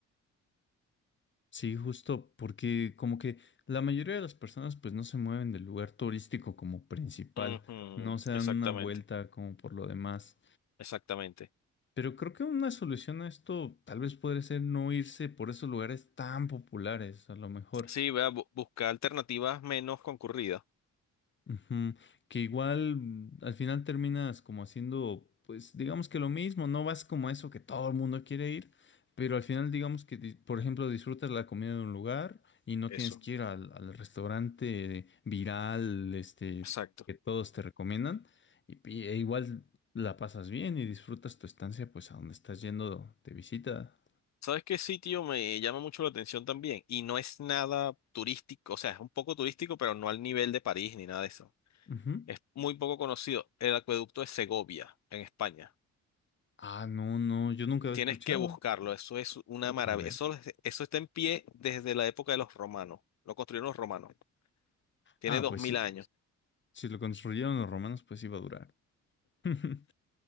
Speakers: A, on the left (about 40°); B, on the left (about 65°).
A: Sí, justo porque como que la mayoría de las personas pues no se mueven del lugar turístico como principal,
B: Ujú,
A: no se dan
B: Exactamente,
A: una vuelta como por lo demás.
B: exactamente.
A: Pero creo que una solución a esto tal vez podría ser no irse por esos lugares tan populares, a lo mejor.
B: Sí, vea, bu- buscar alternativas menos concurridas.
A: Ujú, Que igual mm, al final terminas como haciendo, pues digamos que lo mismo, no vas como a eso que todo el mundo quiere ir, pero al final digamos que, di- por ejemplo, disfrutas la comida de un lugar y no
B: Eso,
A: tienes que ir al, al restaurante viral, este,
B: exacto.
A: que todos te recomiendan, y, y- e igual la pasas bien y disfrutas tu estancia, pues a donde estás yendo de visita.
B: ¿Sabes qué sitio me llama mucho la atención también? Y no es nada turístico, o sea, es un poco turístico, pero no al nivel de París ni nada de eso.
A: Ujú.
B: Es muy poco conocido, el acueducto de Segovia, en España.
A: Ah, no, no, yo nunca había
B: Tienes
A: escuchado.
B: que buscarlo, eso es una maravilla.
A: A ver.
B: Eso, es- eso está en pie desde la época de los romanos. Lo construyeron los romanos. Tiene
A: Ah,
B: dos
A: pues
B: mil
A: si,
B: años.
A: si lo construyeron los romanos, pues iba a durar. <laughs>